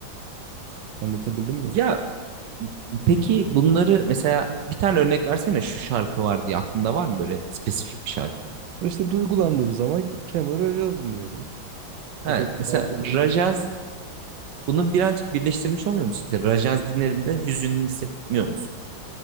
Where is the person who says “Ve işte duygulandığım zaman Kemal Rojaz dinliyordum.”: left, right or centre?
Right